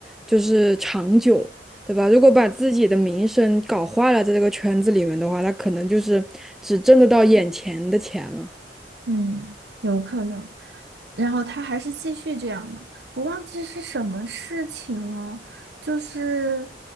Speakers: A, in the centre; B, on the right (about 70°).
A: 就是长久，对吧？如果把自己的名声搞坏了，在这个圈子里面的话，那可能就是只挣得到眼前的钱了。
B: 嗯，有可能。然后他还是继续这样的，我忘记是什么事情了，就是，